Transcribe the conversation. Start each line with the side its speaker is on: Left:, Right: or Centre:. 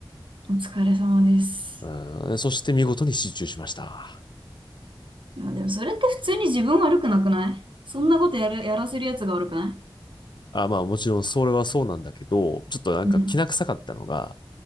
Right: お疲れ様です。
Left: うん、そして見事に失注しました。
Right: まあでもそれって普通に自分悪くなくないそんなことやる、やらせるやつが悪くな
Left: あ、まあもちろんそれはそうなんだけど、ちょっとなんか気な臭かったのが、
Right: いうん、